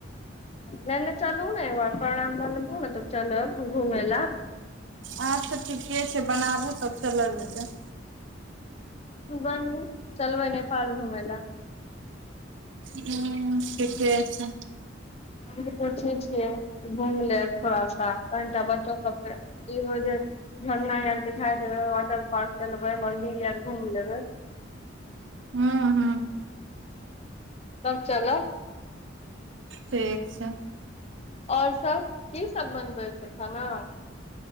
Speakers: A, on the left; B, on the right.
A: लेने चलू ने एक बार प्रणाम करबू ने तब चलब घूमै ला
B: अच्छा ठीके छै बनाबू तब चलल जेतै
A: बनबू चलबै नेपाल घुमय लए
B: हूं ठीके छै
A: हमहु पुछै छियै घुम लेब थोड़ा सा कनिटा बच्चो सबके एहो जे झरना आर देखाई देबे वाटर पार्क चलबे मंदिर यार घूम लेबे
B: हू हू
A: तब चलब
B: ठीक छै
A: आओर सब की सब बनबै छै खाना